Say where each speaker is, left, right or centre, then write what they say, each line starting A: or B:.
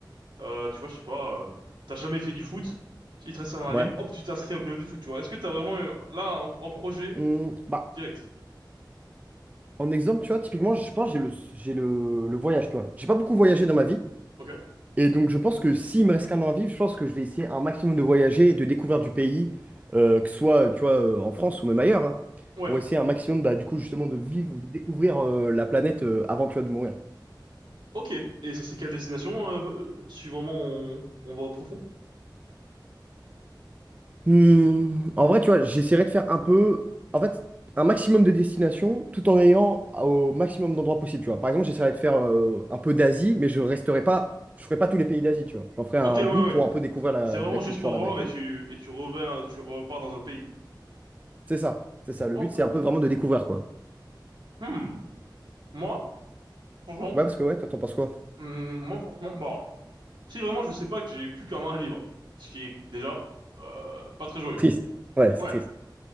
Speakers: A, on the right; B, on the right.
A: Euh, tu vois, je sais pas, euh, t'as jamais fait du foot, il te reste un an à
B: Ouais.
A: vivre, hop, tu t'inscris au club de foot, tu vois. Est-ce que t'as vraiment, euh, là, en, en projet,
B: Hum, bah,
A: direct?
B: En exemple, tu vois, typiquement, je pense que j'ai le, j'ai le, le voyage, tu vois. J'ai pas beaucoup voyagé dans ma vie.
A: Ok.
B: Et donc, je pense que s'il me reste qu'un an à vivre, je pense que je vais essayer un maximum de voyager et de découvrir du pays, euh, que ce soit, tu vois, euh, en France ou même ailleurs, hein,
A: Ouais.
B: pour essayer un maximum, bah, du coup, justement, de vivre, de découvrir euh, la planète euh, avant, tu vois, de mourir.
A: Ok. Et ça serait quelle destination, euh, euh, si on, on va au profond?
B: Hmm, en vrai, tu vois, j'essaierai de faire un peu, en fait, un maximum de destinations tout en ayant au maximum d'endroits possibles, tu vois. Par exemple, j'essaierai de faire euh, un peu d'Asie, mais je resterai pas, je ferai pas tous les pays d'Asie, tu vois. J'en ferai un
A: Ok, ouais, ouais.
B: bout pour un peu découvrir la,
A: C'est vraiment
B: la culture
A: juste pour
B: là-bas
A: voir
B: et tout.
A: et tu, et tu reviens, tu repars dans un autre pays.
B: C'est ça, c'est ça. Le
A: Ok.
B: but, c'est un peu vraiment de découvrir, quoi.
A: Hmm. Moi, franchement,
B: Ouais, parce que ouais, toi, t'en penses quoi?
A: hmm, moi, franchement, bon. Si vraiment je sais pas que j'ai plus qu'un an à vivre, ce qui est déjà, euh, pas très joyeux.
B: Triste. Ouais, c'est
A: Ouais.
B: triste.